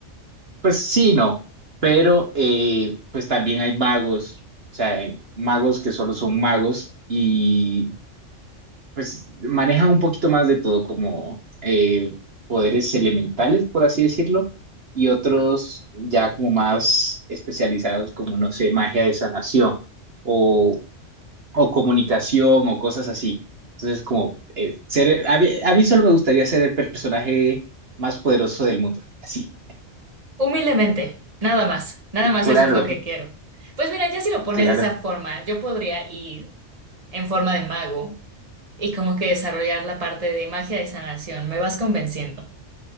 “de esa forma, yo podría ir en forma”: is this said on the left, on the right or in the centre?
Right